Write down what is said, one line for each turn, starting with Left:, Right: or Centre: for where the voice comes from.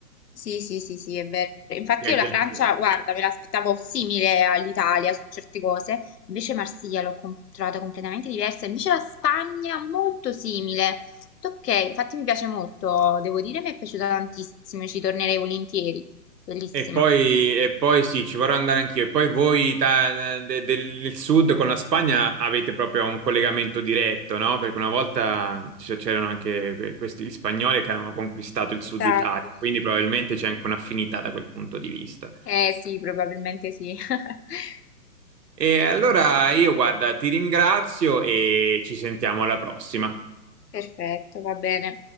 Left: Sì, sì, sì, sì, è vero. Infatti
Right: E, anche
Left: io la
Right: il-
Left: Francia, guarda, me l'aspettavo simile all'Italia su certe cose, invece Marsiglia l'ho com- trovata completamente diversa, invece la Spagna molto simile. Ho detto, Ok, infatti mi piace molto, devo dire, mi è piaciuta tantissimo, ci tornerei volentieri. Bellissima.
Right: e poi, e poi sì, ci vorrò andare anch'io. E poi voi ta- de- del del sud con la Spagna avete proprio un collegamento diretto, no? Perché una volta c- c'erano anche que- questi gli spagnoli che avevano conquistato il
Left: Esatto,
Right: sud Italia,
Left: sì.
Right: quindi probabilmente c'è anche un'affinità da quel punto di vista.
Left: Eh sì, probabilmente sì. <laughs>
Right: E allora io, guarda, ti ringrazio e ci sentiamo alla prossima.
Left: Perfetto, va bene.